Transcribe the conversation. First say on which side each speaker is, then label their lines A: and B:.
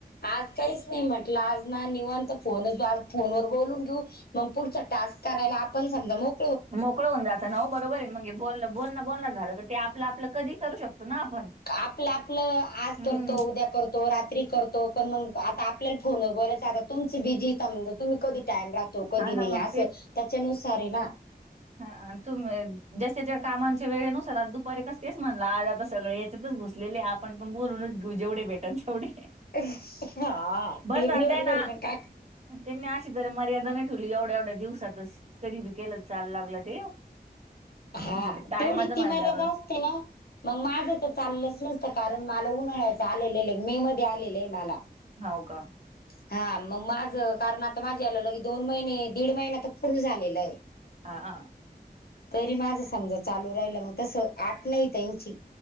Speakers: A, on the left; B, on the right.
A: आज काहीच नाही म्हटलं आज ना निवांत फोन फोन वर बोलून घेऊ मग पुढचा टास्क करायला आपण समजा मग
B: मोकळ होवून जात ना हो बरोबर आहे मे बोल बोल बोलण झालं तर ते आपलं आपलं कधी करू शकतो. ना आपण.
A: आपलं आपलं आज
B: हम्म
A: करतो, उद्या करतो. रात्री करतो पण मग आता आपल्याला फोनवर बोलायच आता तुमच बिजी तुम्ही कधी टाइम का तो कधी
B: हा ना
A: नाही
B: मग
A: असं त्याच्यानुसार हे ना
B: हा तुम् जश्याच्या कामाच्या वेळे नुसार दुपारीकच तेच म्हणला आज आता सगळ याच्यातच घूस सलेले आपण पण बोलूनच जेवढे भेटन तेवढे
A: हा
B: बरं
A: ते
B: चालतंय
A: बी बरोबर
B: ना
A: मग काका
B: त्यांनी अशी तर मर्यादा न ठेवली एवढ्या एवढ्या दिवसातच कधी बी केलं चाल लागलं ते
A: हा
B: म्हणजे ते टायमाचं
A: तेवढी ती
B: म्हणल्यावर
A: मर्यादा असते ना मग माझ तर चाललंच नसतं कारण मला उन्हाळ्याचं आलेलं आहे मे मध्ये आलेलं आहे मला
B: हो का
A: हा मग माझं कारण आता माझ्या याला ल दोन महिने दीड महिना तर फुल झालेला आहे.
B: हा.
A: तरी माझं समजा चालू राहिलं मग तसं अट नाही त्यांची